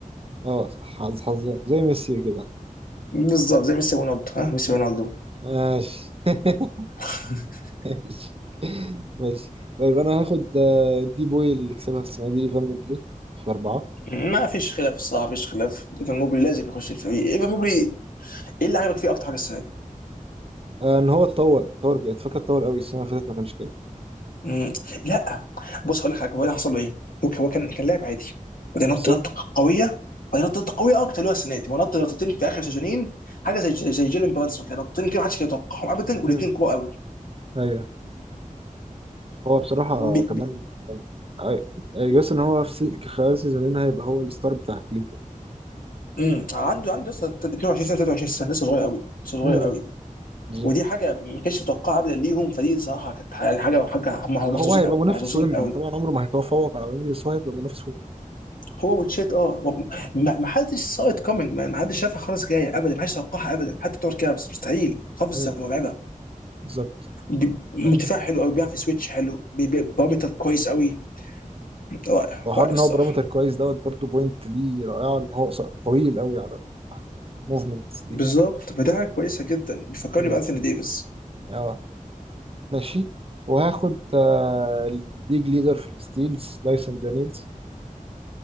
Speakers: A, on the right; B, on the left.
A: اه صح حظ حظ زي ميسي كده
B: بالظبط زي ميسي رونالدو ها ميسي رونالدو
A: ماشي <laughs>
B: <laughs>
A: ماشي ماشي طيب انا هاخد آه، دي بوي اللي كسبها السنه دي ايفان دي في اربعه
B: ما فيش خلاف الصراحه ما فيش خلاف ايفان موبلي لازم يخش الفريق ايفان موبلي ايه اللي عجبك فيه اكتر حاجه السنه دي؟
A: آه، ان هو اتطور اتطور جامد فاكر اتطور قوي السنه اللي فاتت ما كانش كده
B: مم. لا بص هقول لك حاجه هو ده حصل له ايه؟ هو هو كان كان لاعب عادي وبعدين
A: بالظبط
B: نط نطه قويه وبعدين نط نطه قويه اكتر اللي هو السنه دي هو نط نطتين في اخر سيزونين حاجه زي زي جيلن برانسون كده نطتين كده محدش كان يتوقعهم ابدا والاثنين
A: مم.
B: كبار قوي
A: ايوه هو بصراحة
B: بي
A: كمان
B: بي
A: يعني جاس ان هو في سي- خلال سيزونين هيبقى هو الستار بتاع كليفلاند
B: مم. عنده عنده لسه 22 سنه 23 سنه لسه صغير قوي لسه صغير
A: مم.
B: قوي
A: بالظبط
B: ودي حاجه ما كانتش متوقعه ابدا ليهم فدي صراحه كانت يعني حاجه
A: يعني
B: حاجه هم محظوظين
A: هو هيبقى
B: قوي
A: منافس
B: محظوظين
A: ويمبي
B: قوي
A: طبعا عمره ما هيتفوق على ويمبي بس هو هيبقى منافس ويمبي
B: هو وتشيت اه ما ما حدش ساق ات كومينج مان ما حدش شافها خالص جايه ابدا ما حدش توقعها ابدا حتى بتوع الكابس مستحيل قفزه
A: مم.
B: مرعبه
A: بالظبط
B: ب-
A: ماشي
B: دفاع حلو قوي بيعرف يسويتش حلو بي- بي- بارامتر كويس قوي رائع
A: وحوار
B: رائع
A: ان
B: الصراحه
A: هو بارامتر كويس دوت برضو بوينت ليه رائعة ان هو قص- طويل قوي على الموفمنتس دي
B: بالظبط فدي حاجه كويسه جدا بيفكرني
A: مم.
B: بانثوني ديفيس
A: اه ماشي وهاخد آه، الليج ليدر في الستيلز دايسون دانيلز